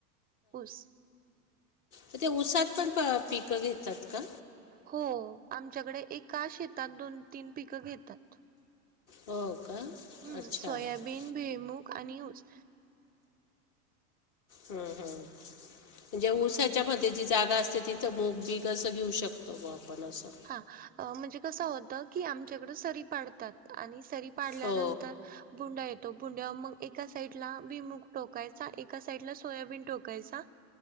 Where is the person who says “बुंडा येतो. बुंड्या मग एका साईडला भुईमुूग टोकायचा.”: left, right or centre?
Right